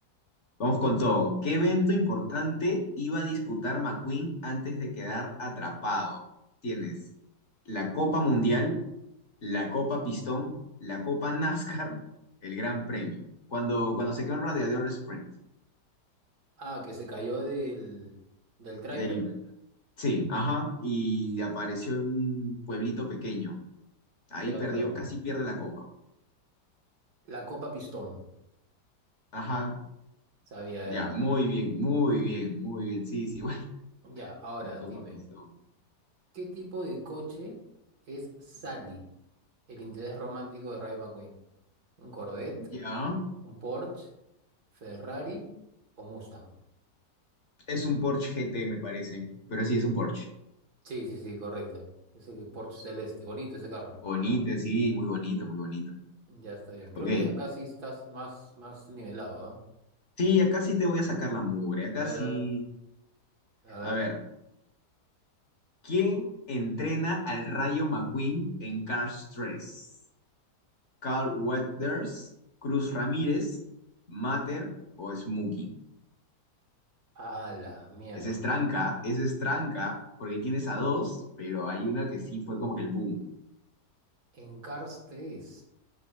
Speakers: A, on the left; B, on the right.
A: vamos con todo. ¿Qué evento importante iba a disputar McQueen antes de quedar atrapado? Tienes la Copa Mundial, la Copa Pistón, la Copa NASCAR, el Gran Premio. Cuando, cuando se quedó en Radiador Springs.
B: Ah, que se cayó del, del tráiler.
A: Del, sí, ajá. Y apareció en un pueblito pequeño. Ahí
B: Ya,
A: perdió,
B: claro.
A: casi pierde la Copa.
B: La copa pistón.
A: Ajá.
B: Sabía
A: Ya,
B: ya.
A: muy bien, muy bien, muy bien. Sí, sí, <laughs> bueno,
B: Ya, ahora
A: la Copa
B: dime,
A: Pistón.
B: ¿qué tipo de coche es Sally, el interés romántico de Rayo McQueen? ¿Un Corvette,
A: Ya.
B: un Porsche, Ferrari o Mustang?
A: Es un Porsche GT, me parece. Pero sí, es un Porsche.
B: Sí, sí, sí, correcto. Ese que- Porsche celeste, bonito ese carro.
A: Bonito, sí, muy bonito, muy bonito.
B: Ya está bien. Creo
A: Ok.
B: que acá sí estás más, más nivelado, ¿ah?
A: Sí, acá sí te voy a sacar la mugre. Acá
B: A ver,
A: sí.
B: a ver, a ver.
A: A ver. ¿Quién entrena al Rayo McQueen en Cars 3? ¿Carl Weathers, Cruz Ramírez, Mater o Smokey?
B: A la miércoles.
A: Esa es tranca, esa es tranca, porque tienes a dos, pero hay una que sí fue como que el boom.
B: En Cars tres